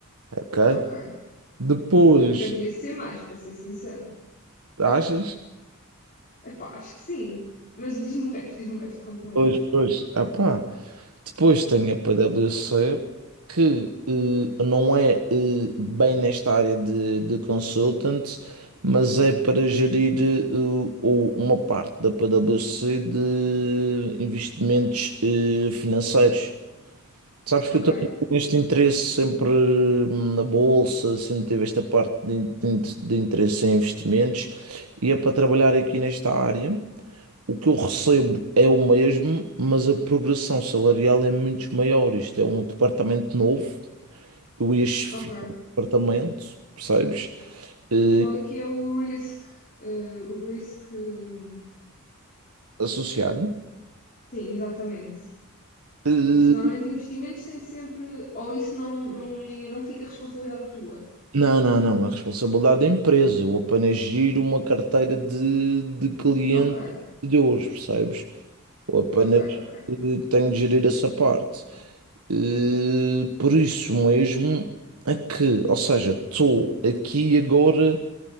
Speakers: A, on the right; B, on the left.
A: Ok?
B: Ok.
A: Depois,
B: Devia ser mais, para ser sincera.
A: achas?
B: Epá, acho que sim. Mas diz-me o resto, diz-me o resto, conta-me
A: Depois,
B: o resto.
A: depois, ah pá. Depois tem a PwC, que eh, não é eh, bem nesta área de, de consultant, mas é para gerir eh, o- o- uma parte da PwC de investimentos eh, financeiros. Sabes que
B: Ok,
A: eu também tenho este interesse sempre hum, na bolsa, sempre tive esta parte de, de de interesse em investimentos e é para trabalhar aqui nesta área. O que eu recebo é o mesmo, mas a progressão salarial é muito maior. Isto é um departamento novo, eu ia chefiar
B: ok.
A: o departamento, percebes? Eh,
B: Mas qual é que é o risk? eh, o risk. hum,
A: associado.
B: sim, exatamente.
A: Eh,
B: Isso normalmente investimentos tem sempre. Ou isso não, não, é, não fica responsabilidade tua.
A: Não, não, não, é a responsabilidade da empresa. Eu apenas giro uma carteira de, de clientes
B: Ok,
A: e de hoje, percebes? Eu apenas
B: ok, ok.
A: eh, tenho de gerir essa parte. Eh, Por isso mesmo é que, ou seja, estou aqui agora,